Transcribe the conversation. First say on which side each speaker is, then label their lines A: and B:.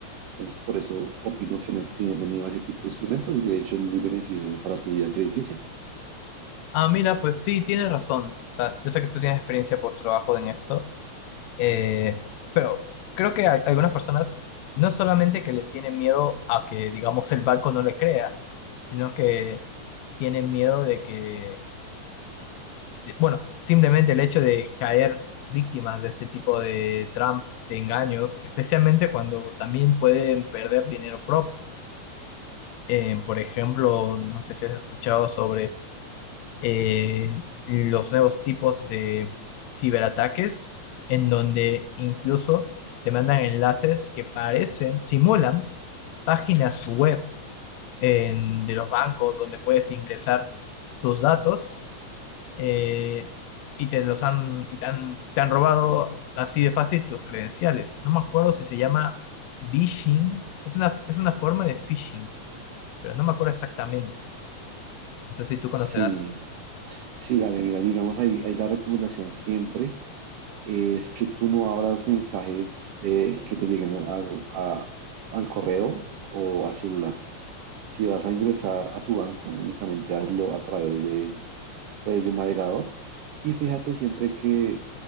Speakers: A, on the right; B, on the left.
A: Entonces, por eso opino que no hay que tenerle miedo a ese tipo de instrumentos y de hecho es muy beneficioso para tu vida crediticia.
B: Ah, mira, pues sí, tienes razón. O sea, yo sé que tú tienes experiencia por trabajo en esto, eh, pero creo que hay algunas personas no es solamente que le tienen miedo a que, digamos, el banco no le crea, sino que tienen miedo de que, de- bueno, simplemente el hecho de caer víctimas de este tipo de tramp, de engaños, especialmente cuando también pueden perder dinero propio. Eh, por ejemplo, no sé si has escuchado sobre eh, los nuevos tipos de ciberataques, en donde incluso te mandan enlaces que parecen, simulan páginas web en- de los bancos donde puedes ingresar tus datos eh, y te los han, y te han, te han robado así de fácil tus credenciales. No me acuerdo si se llama phishing, es una, es una forma de phishing, pero no me acuerdo exactamente. No sé si tú
A: Sí,
B: conocerás.
A: sí, dale, mira, digamos ahí, ahí la recomendación siempre es que tú no abras mensajes eh, que te lleguen al, a- al correo o al celular. Si vas a ingresar a tu banco, únicamente hazlo a través de, pues, del navegador y fíjate siempre que